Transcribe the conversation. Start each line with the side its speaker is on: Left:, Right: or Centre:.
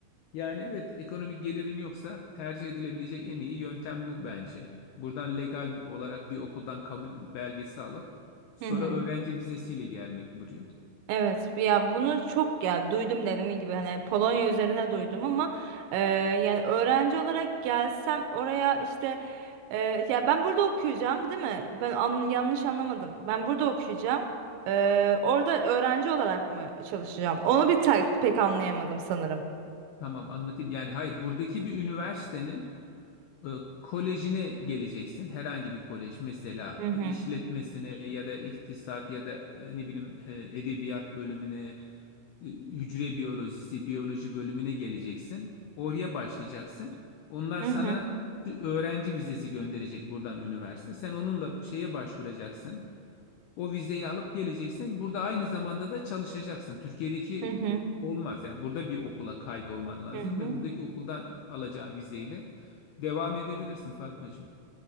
Left: Yani evet ekonomik gelirin yoksa tercih edilebilecek en iyi yöntem bu bence. Buradan legal olarak bir okuldan kabul belgesi alıp sonra
Right: Hı hı.
Left: öğrenci vizesiyle gelmek buraya.
Right: Evet ya bunu çok ya duydum dediğim gibi hani Polonya üzerine duydum ama eee, yani öğrenci olarak gelsem oraya işte eee, ya ben burada okuyacağım değil mi? Ben an- yanlış anlamadım. Ben burada okuyacağım. Eee, orada öğrenci olarak mı çalışacağım? Onu bir tek, pek anlayamadım sanırım.
Left: Tamam anlatayım. Yani hayır buradaki bir üniversitenin E, kolejine geleceksin. Herhangi bir kolej mesela
Right: Hı hı.
Left: e, işletmesine ya da iktisat ya da e, ne bileyim e, edebiyat bölümüne, e, hücre biyolojisi, biyoloji bölümüne geleceksin. Oraya başlayacaksın. Onlar
Right: Hı
Left: sana
Right: hı.
Left: bir öğrenci vizesi gönderecek buradan üniversite. Sen onunla şeye başvuracaksın. O vizeyi alıp geleceksin. Burada aynı zamanda da çalışacaksın. Türkiye'deki
Right: Hı hı.
Left: olmaz. Yani burada bir okula kaydolman lazım
Right: Hı hı.
Left: ve buradaki okuldan alacağın vizeyle devam edebilirsin Fatmacığım.